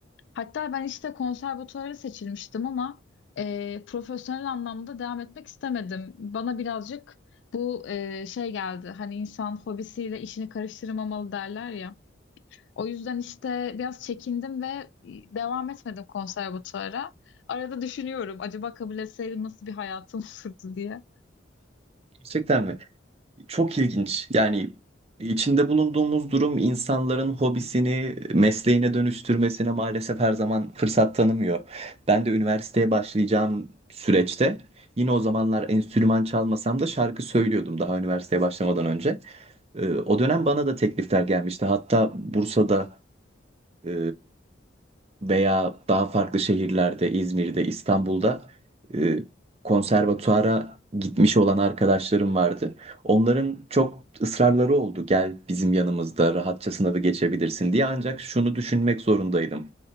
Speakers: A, on the left; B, on the right.
A: Hatta ben işte konservatuvara seçilmiştim ama e, profesyonel anlamda devam etmek istemedim. Bana birazcık bu e, şey geldi. Hani insan hobisiyle işini karıştırmamalı derler ya. O yüzden işte biraz çekindim ve e, devam etmedim konservatuvara. Arada düşünüyorum acaba kabul etseydim nasıl bir hayatım <laughs> olurdu diye.
B: Gerçekten mi? Çok ilginç. Yani içinde bulunduğumuz durum insanların hobisini mesleğine dönüştürmesine maalesef her zaman fırsat tanımıyor. Ben de üniversiteye başlayacağım süreçte yine o zamanlar enstrüman çalmasam da şarkı söylüyordum daha üniversiteye başlamadan önce. Ee, O dönem bana da teklifler gelmişti. Hatta Bursa'da e, veya daha farklı şehirlerde, İzmir'de, İstanbul'da e, konservatuara gitmiş olan arkadaşlarım vardı. Onların çok ısrarları oldu. Gel bizim yanımızda rahatça sınavı geçebilirsin diye. Ancak şunu düşünmek zorundaydım.